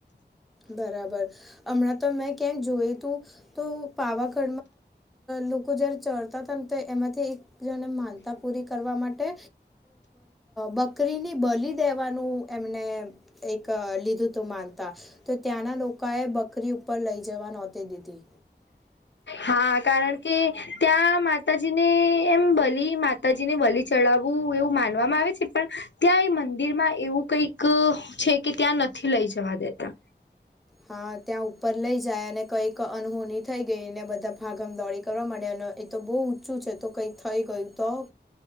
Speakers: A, in the centre; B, on the left.
A: બરાબર હમણાં તો મેં ક્યાંક જોયું તું તો પાવાગઢ લોકો જયારે ચઢતા હતા ને એમાંથી એક જેને માનતા પૂરી કરવા માટે બકરીને બલી દેવાનું એમને એક લીધું તો માનતા તો ત્યાંના લોકો એ બકરી ઉપર લઈ જવા નહોતી દીધી
B: હા કારણ કે ત્યાં માતાજી ને એમ બલી માતાજી ને બલી ચડાવવું એવું માનવામાં આવે છે પણ ત્યાં એ મંદિરમાં એવું કંઈક છે કે ત્યાં નથી નથી લઈ જવા દેતા
A: હા ત્યાં ઉપર લઈ જાય અને કંઈક અનહોની થઈ ગઈ ને બધા ભાગમ દોડી કરવા માંડયા અને એ તો બહુ ઊંચું છે તો કંઈ થઈ ગયું તો